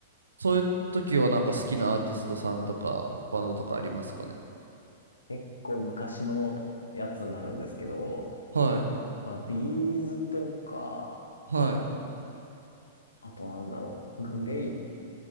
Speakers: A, on the right; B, on the left.
A: そういう時はなんか好きなアーティストさんとかバンドとかありますかね
B: 結構昔のやつになるんですけど、
A: はい。
B: まあ、ビーズとか、
A: はい。
B: あとなんだろう。グレイ。